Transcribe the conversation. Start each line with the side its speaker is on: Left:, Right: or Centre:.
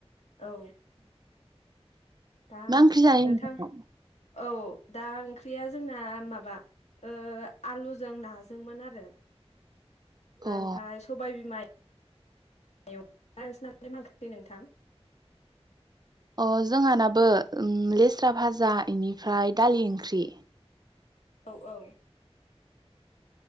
Left: औ दा
Right: मा ओंख्रि जायो
Left: नोंथां
Right: <inaudible>
Left: औ दा ओंख्रिया जोंना माबा ओ आलुजों नाजोंमोन आरो
Right: अ
Left: ओमफाय सबाय बिमाइ <unintelligible> दे नोंथां
Right: अ जोंहानाबो ओम लेस्रा भाजा, इनिफ्राय दालि ओंख्रि
Left: औ औ